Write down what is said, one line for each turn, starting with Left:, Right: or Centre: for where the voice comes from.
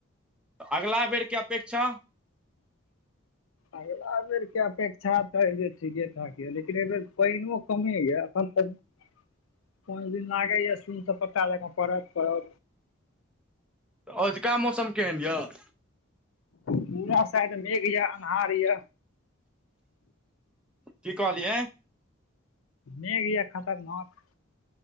Centre: अगला बेर के अपेक्षा।
Left: अगिला बेरके अपेक्षा तऽ एहि जे ठीके ठाक या लेकिन एहि बेर पैनोओ कमे या। पाँच दिन लागैया सुन सपटा जिंदा पड़ल-पड़ल।
Centre: ओजका मौसम केहन यअ।
Left: पूरा साइड मेघ यऽ अन्हार यऽ।
Centre: की कहलियै।
Left: मेघ यऽ खतरनाक।